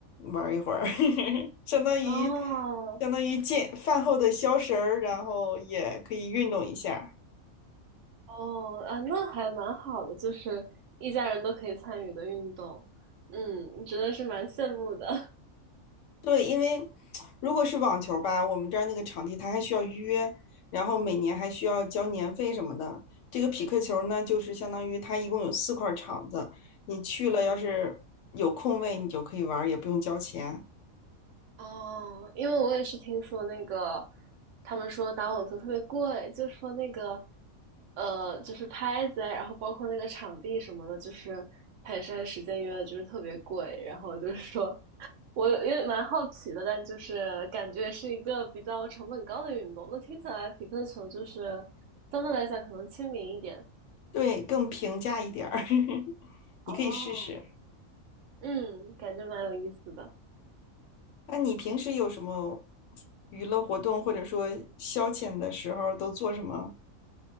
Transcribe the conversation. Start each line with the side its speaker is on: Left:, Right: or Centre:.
Left: 玩儿一会儿，<laughs> 相当于
Right: 哦，
Left: 相当于健饭后的消食儿，然后也可以运动一下。
Right: 哦，啊，那还蛮好的，就是一家人都可以参与的运动。嗯，真的是蛮羡慕的。
Left: 对，因为如果是网球吧，我们这儿那个场地它还需要预约，然后每年还需要交年费什么的。这个匹克球呢，就是相当于它一共有四块场子，你去了要是有空位，
Right: <laughs> 嗯，
Left: 你就可以玩儿也不用交钱。
Right: 哦，因为我也是听说那个，他们说打网球特别贵，就说那个，呃，就是拍子啊然后包括那个场地什么的，就是它也是按时间约的，就是特别贵。然后就是说，我也蛮好奇的，但就是感觉是一个比较成本高的运动。那听起来匹克球就是相对来讲可能亲民一点。
Left: 对，更平价一点儿，<laughs> 你可以试试。
Right: 哦，嗯，感觉蛮有意思的。
Left: 那你平时有什么娱乐活动，或者说消遣的时候都做什么？